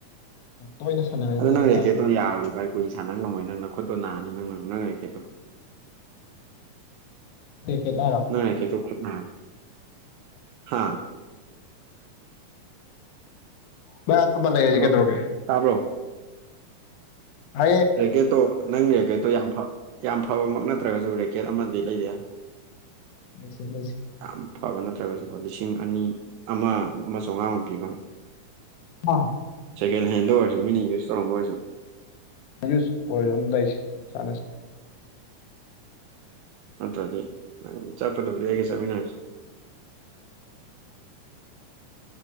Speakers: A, on the left (about 70°); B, on the right (about 75°).
A: ꯇꯣꯏꯅ ꯁꯥꯟꯅꯔꯅꯤ
B: ꯑꯗ ꯅꯪ
A: ꯍꯥꯏꯇꯥꯔꯦ
B: ꯔꯦꯀꯦꯠꯇꯣ ꯌꯥꯔꯣꯏ꯭ꯔꯚ ꯀꯨꯏꯥꯟꯅ ꯉꯝꯃꯣꯏ ꯅꯪꯅꯣꯠꯇꯣ ꯅꯥꯅꯤ ꯅꯪ ꯅꯪꯅꯦꯀꯦꯠꯇꯣ
A: ꯀ ꯀꯦ ꯇꯔꯣ
B: ꯅ ꯇ ꯍꯥꯥ
A: ꯃ ꯊꯃ ꯂꯩꯁꯤ
B: ꯍꯜꯂꯣ
A: ꯀꯗꯔꯣꯒ
B: ꯇꯥꯕ꯭ꯔꯣ
A: ꯍꯥꯏꯌꯦ
B: ꯔꯦꯀꯦꯠꯇꯣ ꯅꯪ ꯔꯦꯀꯦꯠꯇꯣ ꯌꯥꯝ ꯌꯥꯝ ꯐꯕꯃꯛ ꯅꯠꯇ꯭ꯔꯒꯁꯨ ꯔꯦꯀꯦꯠ ꯑꯃꯗꯤ ꯂꯩꯗꯦ ꯍꯥꯏꯕ ꯎꯝ
A: ꯁ ꯀꯁꯤ
B: ꯌꯥꯝ ꯐꯕ ꯅꯠꯇ꯭ꯔꯒꯁꯨꯀꯣ ꯂꯤꯁꯤꯡ ꯑꯅꯤ ꯑꯃ ꯑꯃ ꯆꯥꯝꯃꯉꯥꯃꯨꯛ ꯄꯤꯕ
A: ꯑ
B: ꯁꯦꯀꯦꯟ ꯍꯦꯟꯗ ꯑꯣꯏꯔꯁꯨ ꯃꯤꯅ ꯌꯨꯁ ꯇꯧꯔꯝꯕ ꯑꯣꯏꯔꯁꯨ
A: ꯌꯨꯁ ꯑꯣꯏꯗꯣ ꯑꯝ ꯇꯧꯁꯦ ꯁꯥꯟꯅꯁꯤ
B: ꯅꯠꯇ꯭ꯔꯗꯤ ꯅꯪ ꯆꯠꯄꯗꯕꯗꯤ ꯑꯩꯒ ꯆꯠꯃꯤꯟꯅꯔꯁꯤꯦ